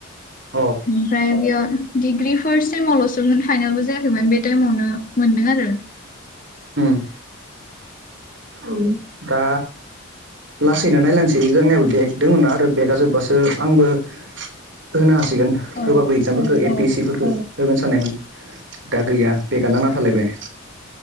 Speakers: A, on the right (about 60°); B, on the left (about 40°).
A: अ
B: ओमफ्राय बेयाव। डिग्रि फार्स्ट सेमावल'सो फाइनलबो जायाखैमोन बे टाइमावनो मोनदों आरो।
A: उम। औ दा। लासैनो नायलांसै जोंनियाबो बेग दङ ना आरो बेगा जोब्बासो आंबो होनो। सिगोन होबाबो
B: औ
A: एक्जामफोरखौ ए
B: औ
A: पि एस सिफोरखो। होगोन साननायमोन दा गैया बेगा नांना थालायबाय।